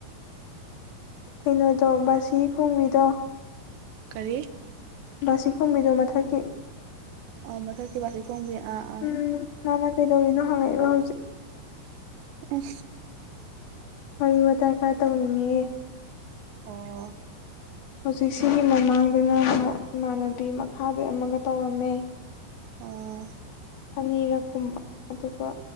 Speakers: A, on the left; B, on the right.
A: ꯀꯩꯅꯣꯗꯣ ꯕꯥꯁꯤ ꯈꯣꯡꯕꯤꯗꯣ
B: ꯀꯔꯤ
A: ꯕꯥꯁꯤꯈꯣꯕꯤꯗꯣ ꯃꯊꯛꯀꯤ
B: ꯑ ꯃꯊꯛꯀꯤ ꯋꯥꯁꯤ ꯐꯣꯡꯕꯤ ꯑꯥ ꯑꯥ
A: ꯎꯝ ꯃꯥꯅ ꯀꯩꯗꯧꯔꯤꯅꯣ ꯍꯪꯉꯛꯏꯕ ꯍꯧꯖꯤꯛ
B: ꯑ
A: ꯋꯥꯔꯤ ꯋꯥꯇꯥꯏ ꯈꯔ ꯇꯧꯅꯤꯡꯉ
B: ꯑꯣ
A: ꯍꯧꯖꯤꯛꯁꯤꯒꯤ ꯃꯃꯥꯡꯗꯅ ꯏꯃꯥꯟꯅꯕꯤ ꯃꯈꯥꯗ ꯑꯃꯒ ꯇꯧꯔꯝꯃꯦ
B: ꯑꯣꯝ
A: ꯑꯅꯤꯔꯛ ꯀꯨꯝꯕ ꯑꯗꯨꯒ